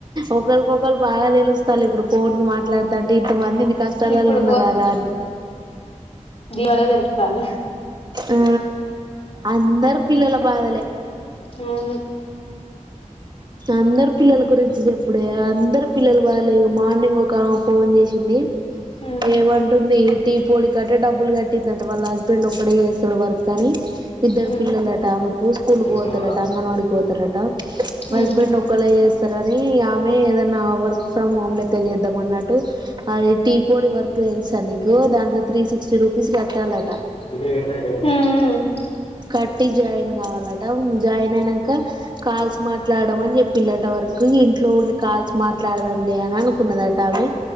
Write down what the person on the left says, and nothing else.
ఇప్పుడు
దివాల తెస్తాల
అవు
హ్మ్. హ్మ్.
హ్మ్.
హ్మ్.
హ్మ్.
హ